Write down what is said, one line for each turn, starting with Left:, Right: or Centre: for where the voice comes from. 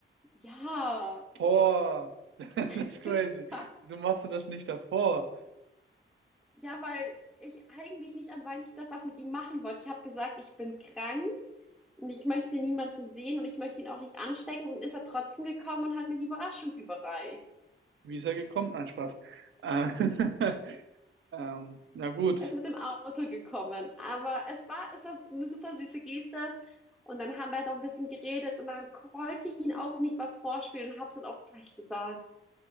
Centre: ja,
Right: Boah, <laughs> das
Centre: <laughs>
Right: ist crazy.
Centre: ich war,
Right: Wieso machst du das nicht davor?
Centre: ja, weil ich eigentlich nicht an Valentinstag was mit ihm machen wollte. Ich habe gesagt, ich bin krank und ich möchte niemanden sehen und ich möchte ihn auch nicht anstecken. Und ist er trotzdem gekommen und hat mir die Überraschung überreicht.
Right: Wie ist er gekommen? Nein, Spaß. Ähm, <laughs> ähm, na gut,
Centre: Er ist mit dem Auto gekommen, aber es war, es war eine super süße Geste. Und dann haben wir halt auch ein bisschen geredet und dann k- wollte ich ihn auch nicht was vorspielen und hab's dann auch gleich gesagt.